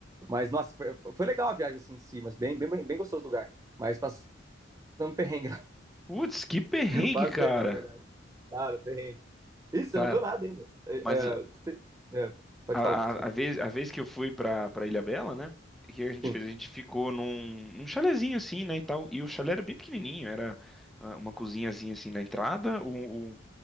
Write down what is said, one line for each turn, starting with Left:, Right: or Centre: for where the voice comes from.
Right: Mas, nossa, foi, foi legal a viagem assim em si, mas bem, bem, bem gostoso o lugar. Mas passando <laughs> perrengue,
Centre: Putz, que perrengue,
Right: bastante,
Centre: cara.
Right: na verdade. Cara, perrengue. Isso,
Centre: Cara,
Right: você não viu nada ainda. É,
Centre: mas
Right: é,
Centre: a,
Right: você- é, pode
Centre: a,
Right: falar.
Centre: a vez, a vez que eu fui pra, pra Ilhabela, né? O que a gente
Right: Sim.
Centre: fez? A gente ficou num, num chalezinho assim, né, e tal. E o chalé era bem pequenininho, era ah, uma cozinhazinha assim na entrada, o, o,